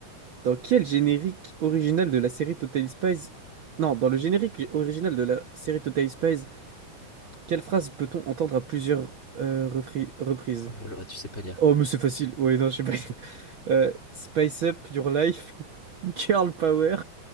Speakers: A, on the right; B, on the left.
A: Dans quel générique original de la série Totally Spies... Non, dans le générique original de la série Totally Spies, quelle phrase peut-on entendre à plusieurs euh, refri- reprises?
B: Oh là là, tu sais pas lire.
A: Oh, mais c'est facile. Ouais, non, je sais pas. <laughs> Euh, Spice up your life, <laughs> girl power,